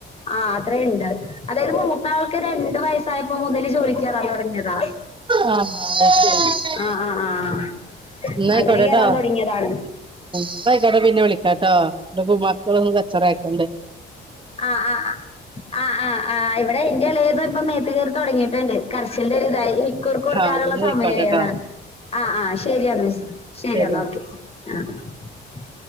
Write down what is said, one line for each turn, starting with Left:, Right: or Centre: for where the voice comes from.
Left: ആ.. അത്രയുമുണ്ട്, അതായത് മൂത്തയാൾക്കു രണ്ടു വയസായപ്പോമുതൽ ജോലിക്കുകേറാൻ തുടങ്ങിയതാ.
Right: ആ.. ഹാ.. അതുശരി
Left: അ... അ... ആ
Right: എന്നായിക്കോട്ടേ
Left: അങ്ങനെ
Right: കേട്ടോ
Left: കേറാൻ തുടങ്ങിയതാണ്
Right: എന്നായിക്കോട്ടെ പിന്നെ വിളിക്കാട്ടോ ഇതിപ്പംമക്കളൊന്നും കച്ചവടമായിക്കൊണ്ട്
Left: അ അ ആ ആ ആ ഇവിടെയെന്റെ ഇളയതിപ്പമേത്തുകേറി തുടങ്ങിയിട്ടുണ്ട്. ക അച്ഛന്റെ കൈയ്യിലായി, ഈ.. കുറുക്കു കൊടുക്കാനുള്ള
Right: ആ എന്നാ
Left: സമയമേതാ
Right: ആയിക്കോട്ടെട്ടോ
Left: അ... ആ ശരിയെന്നാ ശരി ശരിയെന്നാ,
Right: ശരി
Left: ഓക്കെ.. അ